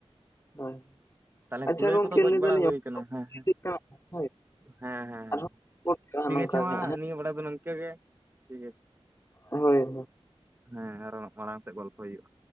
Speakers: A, on the left (about 25°); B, on the right (about 20°).
A: ᱦᱳᱭ
B: ᱛᱟᱦᱚᱞᱮ
A: ᱟᱪᱪᱷᱟ
B: ᱠᱩᱞᱟᱹᱭ
A: ᱜᱚᱝᱠᱮ
B: ᱠᱚᱫᱚ ᱜᱚᱡ
A: ᱞᱟᱹᱭ
B: ᱵᱟᱲᱟ
A: ᱫᱟᱞᱤᱧ
B: ᱦᱩᱭ
A: ᱚᱠᱛᱚ
B: ᱠᱟᱱᱟ ᱦᱮᱸ ᱦᱮᱸ
A: <unintelligible> <inaudible>
B: ᱦᱮᱸ ᱦᱮᱸ
A: ᱟᱨᱦᱚᱸ
B: ᱦᱮᱸ
A: ᱨᱚᱯᱚᱲ ᱦᱩᱭᱩᱜᱼᱟ
B: ᱴᱷᱤᱠ
A: ᱱᱚᱝᱠᱟ
B: ᱜᱟᱪᱷᱮ ᱢᱟ
A: ᱜᱮ ᱦᱟᱸᱜ ᱦᱮᱸ,
B: ᱱᱤᱭᱟᱹ ᱵᱟᱲᱟ ᱫᱚ ᱱᱤᱝᱠᱟᱹ ᱜᱮ ᱴᱷᱤᱠ ᱜᱟᱪᱷᱮ
A: ᱦᱳᱭ ᱦᱳᱭ
B: ᱦᱮᱸ ᱟᱨᱚ ᱢᱟᱲᱟᱝ ᱥᱮᱫ ᱜᱚᱞᱯᱚ ᱦᱩᱭᱩᱜᱼᱟ